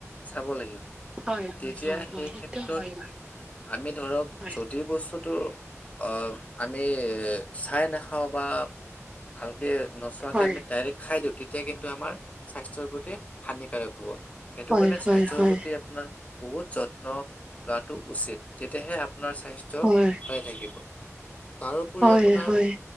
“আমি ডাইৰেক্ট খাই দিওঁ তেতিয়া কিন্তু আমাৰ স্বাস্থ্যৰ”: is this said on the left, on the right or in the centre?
Left